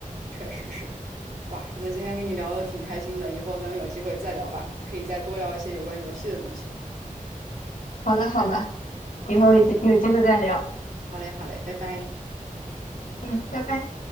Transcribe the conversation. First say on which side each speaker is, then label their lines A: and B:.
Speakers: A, on the right; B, on the left.
A: 确实是，哇，那今天跟你聊的挺开心的，以后咱们有机会再聊吧，可以再多聊一些有关游戏的东西。
B: 好的好的，以后有机有机会再聊。
A: 好嘞，好嘞，好嘞，拜拜。
B: 嗯，拜拜。